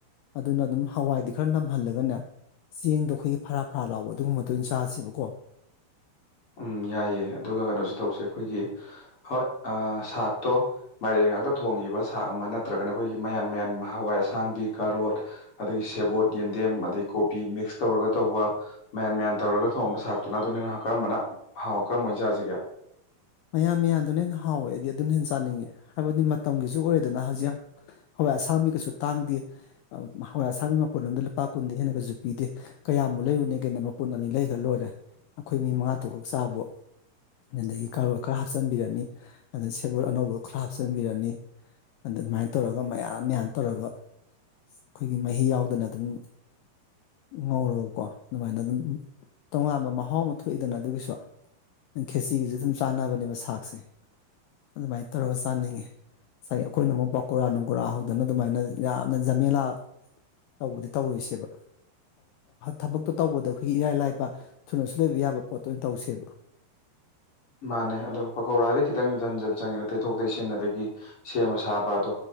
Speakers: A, on the left; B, on the left.
A: ꯑꯗꯨꯅ ꯑꯗꯨꯝ ꯍꯋꯥꯏꯗꯤ ꯈꯔ ꯅꯝꯍꯜꯂꯒꯅꯦ ꯆꯦꯡꯗꯣ ꯑꯩꯈꯣꯏꯒꯤ ꯐꯔꯥ ꯐꯔꯥ ꯂꯥꯎꯕ ꯑꯗꯨꯒꯨꯝꯕ ꯑꯣꯏꯅ ꯆꯥꯔꯁꯦꯕꯀꯣ
B: ꯎꯝ ꯌꯥꯏꯑꯦ ꯑꯗꯨꯒ ꯀꯩꯅꯣꯁꯤ ꯇꯧꯁꯦ ꯑꯩꯈꯣꯏꯒꯤ ꯍꯣꯏ ꯑ ꯁꯥꯛꯇꯣ ꯃꯥꯏꯔꯦꯟ ꯉꯥꯛꯇ ꯊꯣꯡꯉꯤꯕ ꯁꯥꯛ ꯑꯃ ꯅꯠꯇ꯭ꯔꯒꯅ ꯑꯩꯈꯣꯏꯒꯤ ꯃꯌꯥꯟ ꯃꯌꯥꯟ ꯍꯋꯥꯏ ꯑꯁꯥꯡꯕꯤ ꯀꯥꯔꯣꯠ ꯑꯗꯒꯤ ꯁꯦꯕꯣꯠ ꯌꯦꯟꯗꯦꯝ ꯑꯗꯗꯒꯤ ꯀꯣꯕꯤ ꯃꯤꯛꯁ ꯇꯧꯔꯒ ꯇꯧꯕ ꯃꯌꯥꯟ ꯃꯌꯥꯟ ꯇꯧꯔꯒ ꯊꯣꯡꯕ ꯁꯥ ꯑꯗꯨꯅ ꯑꯗꯨꯅꯤꯅ ꯀꯔꯝꯕꯅ ꯍꯥꯎ ꯀꯔꯝꯕ ꯑꯣꯏꯅ ꯆꯥꯁꯤꯒꯦ
A: ꯃꯌꯥꯝ ꯃꯌꯥꯝꯗꯨꯅ ꯍꯦ ꯍꯥꯎꯋꯦ ꯑꯩꯗꯤ ꯑꯗꯨꯅ ꯍꯦꯟꯅ ꯆꯥꯅꯤꯡꯉꯦ ꯍꯥꯏꯕꯗꯤ ꯃꯇꯝꯒꯤꯁꯨ ꯑꯣꯏꯔꯦꯗꯅ ꯍꯧꯖꯤꯛ ꯍꯋꯥꯏ ꯑꯁꯥꯕꯤ ꯀꯩꯁꯨ ꯇꯥꯡꯗꯦ ꯍꯋꯥꯏ ꯑꯁꯥꯕꯤ ꯃꯄꯨꯟꯣꯝꯗ ꯂꯨꯄꯥ ꯀꯨꯟꯗ ꯍꯦꯟꯅ ꯀꯩꯁꯨ ꯄꯤꯗꯦ ꯀꯌꯥꯝꯕꯨꯛ ꯂꯩꯔꯨꯅꯦꯒꯦꯅꯦ ꯃꯄꯨꯟ ꯑꯅꯤ ꯂꯩꯈ꯭ꯔ ꯂꯣꯏꯔꯦ ꯑꯩꯈꯣꯏ ꯃꯤ ꯃꯉꯥ ꯇꯔꯨꯛꯈꯛ ꯆꯥꯕꯨ ꯑꯗꯨꯗꯒꯤ ꯀꯥꯔꫭꯠ ꯈꯔ ꯍꯥꯞꯆꯤꯟꯕꯤꯔꯅꯤ ꯑꯗꯩ ꯁꯦꯕꯣꯠ ꯑꯅꯧꯕ ꯈꯔ ꯍꯥꯞꯆꯤꯟꯕꯤꯔꯅꯤ ꯑꯗꯨ ꯑꯗꯨꯃꯥꯏꯅ ꯇꯧꯔꯒ ꯃꯌꯥꯟ ꯃꯌꯥꯟ ꯇꯧꯔꯒ ꯑꯩꯈꯣꯏꯒꯤ ꯃꯍꯤ ꯌꯥꯎꯗꯅ ꯑꯗꯨꯝ ꯉꯧꯔꯒꯀꯣ ꯑꯗꯨꯃꯥꯏꯅ ꯑꯗꯨꯝ ꯇꯣꯉꯥꯟꯕ ꯃꯍꯥꯎ ꯑꯃ ꯊꯣꯛꯏꯗꯅ ꯑꯗꯨꯒꯤꯁꯨ ꯅꯪ ꯈꯦꯠꯁꯤꯒꯤꯁꯨ ꯑꯗꯨꯝ ꯆꯥꯅꯕꯅꯦꯕ ꯁꯥꯛꯁꯦ ꯑꯗꯨꯃꯥꯏꯅ ꯇꯧꯔꯒ ꯆꯥꯅꯤꯡꯉꯤ ꯉꯁꯥꯏ ꯑꯩꯈꯣꯏꯅ ꯑꯃꯨꯛ ꯄꯥꯎꯀꯨꯔꯥ ꯅꯨꯡꯀꯣꯔꯥ ꯍꯧꯗꯅ ꯑꯗꯨꯃꯥꯏꯅ ꯌꯥꯝꯅ ꯖꯃꯦꯂꯥ ꯇꯧꯕꯗꯤ ꯇꯧꯔꯨꯁꯦꯕ ꯊꯕꯛꯇꯣ ꯇꯧꯕꯗ ꯑꯩꯈꯣꯏꯒꯤ ꯏꯔꯥꯏ ꯂꯥꯏꯕ ꯊꯨꯅꯁꯨ ꯂꯣꯏꯕ ꯌꯥꯕ ꯄꯣꯠꯇ ꯑꯣꯏꯅ ꯇꯧꯁꯦꯕ
B: ꯃꯥꯅꯦ ꯑꯗꯣ ꯄꯀꯧꯔꯥꯗꯤꯩ ꯈꯤꯇꯪ ꯖꯟ ꯖꯟ ꯆꯪꯉꯤꯅ ꯇꯩꯊꯣꯛ ꯇꯩꯁꯤꯟ ꯑꯗꯒꯤ ꯁꯦꯝꯕ ꯁꯥꯕ ꯑꯗꯣ